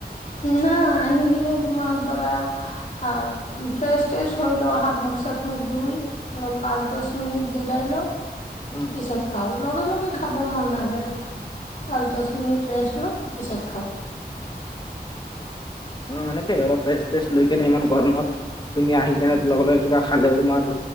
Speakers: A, on the left; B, on the left.
A: না আহি কিনে তোমাৰ ধৰা আহ ফ্ৰেছ-ট্ৰেছ হৈ লৈ হাতমুখ চাতমুখ ধুই। অলপ পাঁচ দশ মিনিট জিৰাই লওঁ।
B: উম
A: পিছত খাও লগে লগে খাব মন নাযায় পাঁচ দশ মিনিট ৰেষ্ট লওঁ পিছত খাওঁ।
B: অ অ অ, এনেকে অলপ ৰেষ্ট-টেষ্ট লৈ কেনে ইমান গৰমত তুমি আহি কেনে লগে লগে কিবা খালেও তোমাৰ